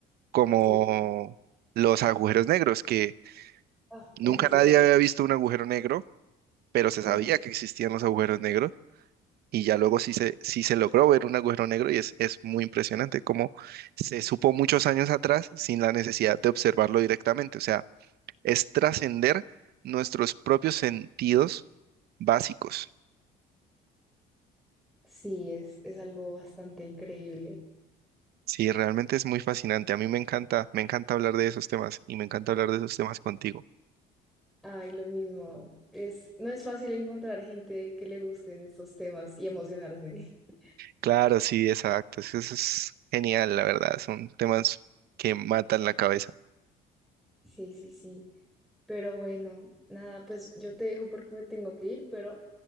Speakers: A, on the right (about 70°); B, in the centre.
A: Como
B: Sí.
A: los agujeros negros, que
B: Ah,
A: nunca
B: eso es
A: nadie
B: otro mundo.
A: había visto un agujero negro, pero se sabía
B: Ah,
A: que existían los agujeros negros y ya luego sí se, sí se logró ver un agujero negro y es, es muy impresionante cómo se supo muchos años atrás sin la necesidad de observarlo directamente. O sea, es trascender nuestros propios sentidos básicos.
B: sí, es, es algo bastante increíble.
A: Sí, realmente es muy fascinante. A mí me encanta, me encanta hablar de esos temas y me encanta hablar de esos temas contigo.
B: Ay, lo mismo. Es, no es fácil encontrar gente que le gusten estos temas y emocionarse. <laughs>
A: Claro, sí, exacto. Eso es genial, la verdad. Son temas que matan la cabeza.
B: Sí, sí, sí. Pero bueno, nada, pues yo te dejo porque me tengo que ir, pero